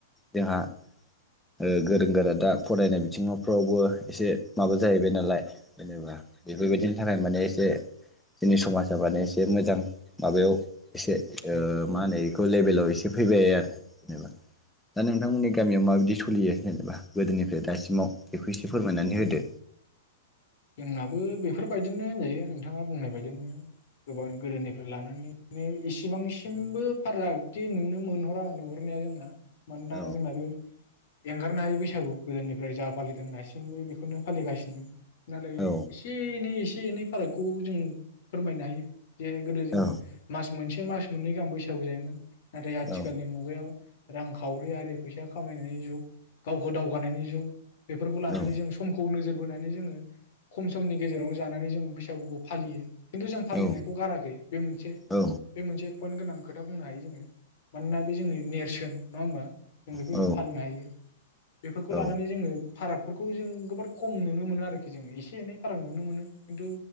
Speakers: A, in the centre; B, on the left.
A: जोंहा ओ गोरों गोरा दा फरायनाय बिथिङावफ्रावबो एसे माबा जाहैबाय नालाय जेनेबा बेफोरबायदिनि थाखाय माने एसे जोंनि समाजा माने एसे मोजां माबायाव एसे ओ
B: औ
A: मा होनो बेखौ लेभेलाव एसे फैबाय आरो जेनेबा
B: औ
A: दा नों नोंथांमोननि गामियाव माबायदि सलियो जेनेबा गोदोनिफ्राय दासिमाव बे एसे फोरमायनानै
B: औ
A: होदो।
B: जोंनाबो बेफोरबायदिनो होनजायो नोंथाङा बुंनाय बायदिनो गोबां गोदोनिफ्राय लानानै माने इसिबांसिमबो फारागथि नुनो मोनहरा नुहरनाया जोंना मानोना
A: औ
B: जोंना बे एंगारनो हायि बैसागु गोदोनिफ्राय जा फालिदों दासिमबो बेखौनो फालिगासिनो नाथाइ
A: औ
B: एसे एनै एसे एसे एनै फारागखौ जों फोरमायनो हायो जे गोदो जोङो
A: औ
B: मास मोनसे मास मोननै गाहाम बैसागु जायोमोन नाथाय आथिखालनि
A: औ
B: मुगायाव रांखावरि आरो फैसा खामायनायनि जुग गावखौ दावगानायनि जुग बेफोरखौ लानानै
A: औ
B: जों समखौ नोजोर बोनानै जोङो खम समनि गेजेरावनो जानानै जों बैसागुखौ फालियो। खिन्थु जों फालिनायखौ
A: औ
B: गाराखै बे मोनसे
A: औ
B: बे मोनसे पइन्ट गोनां खोथा बुंनो हायो जोङो। मानोना बे जोंनि नेरसोन। नङा होमबा? जों बेखौ
A: औ
B: जों फालिनो हायो। बेफोरखौ
A: औ
B: लानानै जोङो फारागफोरखौ जों गोबोरद खम नुनो मोनो आरो खि जों एसे एनै फाराग नुनो मोनो। खिन्थु